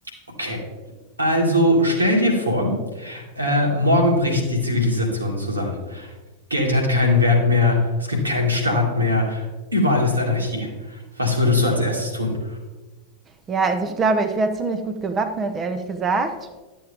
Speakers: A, on the right; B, on the right.
A: Okay. Also stell dir vor, äh, morgen bricht die Zivilisation zusammen. Geld hat keinen Wert mehr, es gibt keinen Staat mehr, überall ist Anarchie. Was würdest du als erstes tun?
B: Ja, also ich glaube, ich wäre ziemlich gut gewappnet, ehrlich gesagt.